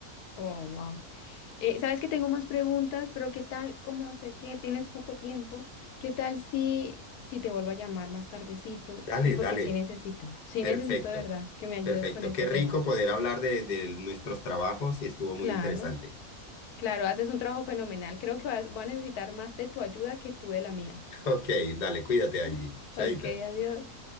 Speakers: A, on the left; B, on the left.
A: Oh, wow. Eh, sabes que tengo más preguntas, pero ¿qué tal? Como sé que tienes poco tiempo, ¿qué tal si, si te vuelvo a llamar más tardecito?
B: Dale,
A: Y porque
B: dale.
A: sí necesito, sí
B: Perfecto.
A: necesito de verdad que me ayudes
B: Perfecto.
A: con este
B: Qué rico
A: tema.
B: poder hablar de, de nuestros trabajos y estuvo muy
A: Claro,
B: interesante.
A: claro, haces un trabajo fenomenal. Creo que vas- voy a necesitar más de tu ayuda que tú de la mía.
B: <laughs> Ok, dale, cuídate, Angie.
A: <laughs>
B: Chaito.
A: Ok, adiós.